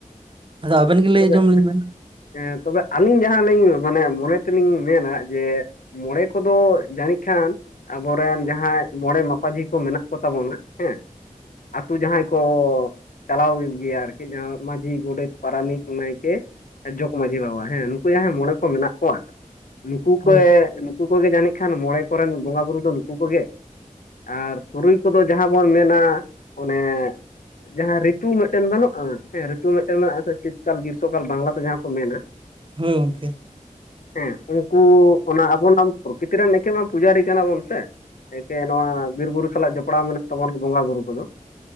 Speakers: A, on the right; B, on the left.
A: ᱟᱫᱚ ᱟᱵᱮᱱ ᱜᱮ
B: ᱛᱚᱵᱮ
A: ᱞᱟᱹᱭ ᱟᱸᱡᱚᱢ ᱟᱹᱞᱤᱧ ᱵᱮᱱ
B: ᱮᱸ ᱛᱚᱵᱮ ᱟᱹᱞᱤᱧ ᱡᱟᱦᱟᱸᱞᱤᱧ ᱢᱟᱱᱮ ᱢᱚᱱᱮ ᱛᱮᱞᱤᱧ ᱢᱮᱱᱟ ᱡᱮ ᱢᱚᱬᱮ ᱠᱚᱫᱚ ᱡᱟᱹᱱᱤᱡ ᱠᱷᱟᱱ ᱟᱵᱚᱨᱮᱱ ᱡᱟᱦᱟᱸᱭ ᱢᱚᱬᱮ ᱢᱟᱯᱟᱡᱷᱤ ᱠᱚ ᱢᱮᱱᱟᱜ ᱠᱚ ᱛᱟᱵᱚᱱᱟ ᱦᱮᱸ, ᱟᱛᱩ ᱡᱟᱦᱟᱸᱭ ᱠᱚ ᱪᱟᱞᱟᱣᱮᱫ ᱜᱮᱭᱟ ᱟᱨᱠᱤ ᱡᱟ ᱢᱟᱹᱡᱷᱤ ᱜᱚᱰᱮᱛ ᱯᱟᱨᱟᱱᱤᱠ ᱱᱟᱭᱠᱮ ᱡᱚᱜᱽ ᱢᱟᱹᱡᱷᱤ ᱵᱟᱵᱟ ᱦᱮᱸ ᱱᱩᱠᱩ ᱡᱟᱦᱟᱸᱭ ᱢᱚᱬᱮ ᱠᱚ ᱢᱮᱱᱟᱜ ᱠᱚᱣᱟ ᱱᱩᱠᱩ
A: ᱦᱳᱭ
B: ᱠᱮ ᱱᱩᱠᱩ ᱠᱚᱜᱮ ᱡᱟᱹᱱᱤᱡ ᱠᱷᱟᱱ ᱢᱚᱬᱮ ᱠᱚᱨᱮᱱ ᱵᱚᱸᱜᱟ ᱵᱩᱨᱩ ᱫᱚ ᱱᱩᱠᱩ ᱠᱚᱜᱮ, ᱟᱨ ᱛᱩᱨᱩᱭ ᱠᱚᱫᱚ ᱡᱟᱦᱟᱸ ᱵᱚᱱ ᱢᱮᱱᱟ ᱚᱱᱮ ᱡᱟᱦᱟᱸ ᱨᱤ ᱨᱤᱛᱩ ᱢᱮᱴᱮᱱ ᱵᱟᱹᱱᱩᱜᱼᱟ ᱦᱮᱸ ᱨᱤᱛᱩ ᱢᱮᱴᱮᱱ ᱢᱮᱱᱟᱜᱼᱟ ᱥᱤᱛᱠᱟᱞ ᱜᱤᱨᱥᱚᱠᱟᱞ ᱵᱟᱝᱞᱟᱛᱮ ᱡᱟᱦᱟᱸ ᱠᱚ ᱢᱮᱱᱟ,
A: ᱦᱳᱭ ᱜᱚᱝᱠᱮ,
B: ᱦᱮᱸ ᱩᱱᱠᱩ ᱚᱱᱟ ᱟᱵᱚ ᱚᱱᱟ ᱯᱨᱚᱠᱤᱛᱤᱨᱮᱱ ᱮᱠᱮ ᱢᱟ ᱯᱩᱡᱟᱨᱤ ᱠᱟᱱᱟ ᱵᱚᱱ ᱥᱮ, ᱮᱠᱮ ᱱᱚᱣᱟ ᱵᱤᱨ ᱵᱩᱨᱩ ᱥᱟᱞᱟᱜ ᱡᱚᱯᱲᱟᱣ ᱢᱮᱱᱟᱜ ᱛᱟᱵᱚᱱᱟ ᱵᱚᱸᱜᱟ ᱵᱩᱨᱩ ᱠᱚᱫᱚ